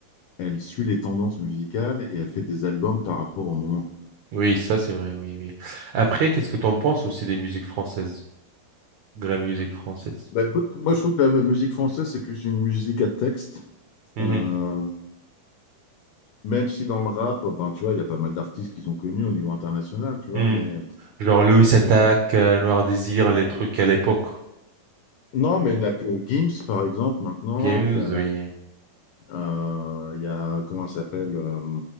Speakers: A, on the left (about 80°); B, on the right (about 85°).
A: elle suit les tendances musicales et elle fait des albums par rapport au moment.
B: oui, ça c'est vrai, oui, oui. Après, qu'est-ce que t'en penses aussi des musiques françaises, de la musique française?
A: Bah, écoute, moi je trouve que la musique française, c'est plus une musique à texte.
B: Mhm.
A: Euh, même si dans le rap, enfin, tu vois, il y a pas mal d'artistes qui sont connus au niveau international, tu vois,
B: Mhm.
A: mais,
B: Genre Louis
A: mais-
B: Attaque, euh, Noir Désir, les trucs à l'époque.
A: non, mais il n'y a que Gims, par exemple, maintenant.
B: Games,
A: t'as,
B: oui.
A: euh, Il y a, comment ça s'appelle euh,